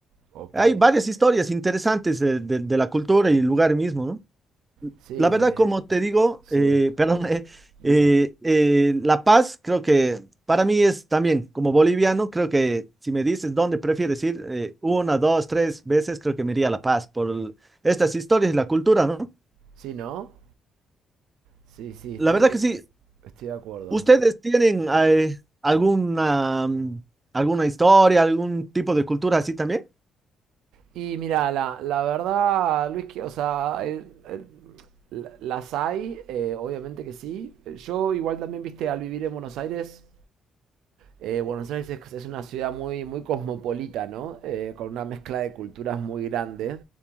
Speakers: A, on the right; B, on the right.
A: ok.
B: Hay varias historias interesantes de, de- de la cultura y el lugar mismo, ¿no?
A: Sí,
B: la verdad,
A: me...
B: como te digo,
A: Sí,
B: eh, <laughs> perdón, eh,
A: dime.
B: eh, eh, La Paz creo que para mí es también, como boliviano, creo que si me dices dónde prefieres ir, eh, una, dos, tres veces, creo que me iría a La Paz por el- estas historias y la cultura, ¿no?
A: Sí, ¿no? Sí, sí, estoy,
B: La verdad que sí,
A: estoy de acuerdo.
B: ¿ustedes tienen eh, alguna, mm, alguna historia, algún tipo de cultura así también?
A: Y mira, la, la verdad, Luis, que, o sea, el- el- las hay, eh, obviamente que sí. Yo igual también, viste, al vivir en Buenos Aires, eh, Buenos Aires es, es una ciudad muy, muy cosmopolita, ¿no? Eh, con una mezcla de culturas muy grande,